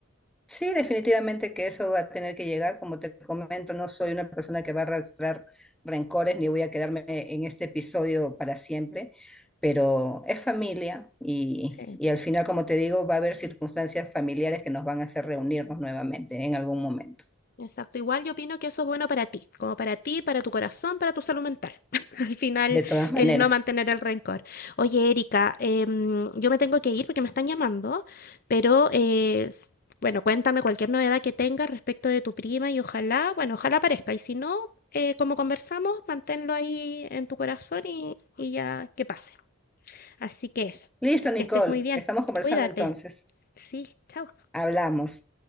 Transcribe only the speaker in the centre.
Sí, definitivamente que eso va a tener que llegar. Como te comento, no soy una persona que va a arrastrar rencores ni voy a quedarme en este episodio para siempre, pero es familia y,
y al final, como te digo, va a haber circunstancias familiares que nos van a hacer reunirnos nuevamente en algún momento,
de todas maneras.
Listo,
Nicole,
estamos conversando
entonces.
Hablamos.